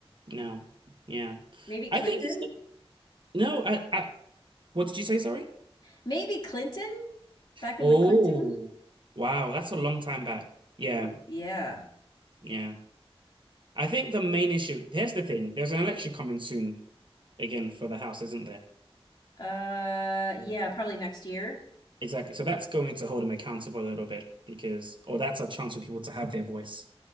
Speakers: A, on the right (about 55°); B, on the left (about 45°).
A: No. Yeah.
B: Maybe Clinton?
A: I think it's still no, I, I what did you say, sorry?
B: Maybe Clinton? Back
A: Oh,
B: in the Clinton?
A: wow, that's a long time back. Yeah,
B: Y- Yeah.
A: yeah. I think the main issue, here's the thing, there's an election coming soon again for the house, isn't there?
B: Uh,
A: Yeah.
B: yeah, probably next year.
A: Exactly. So that's going to hold them accountable a little bit because, or that's a chance for people to have their voice.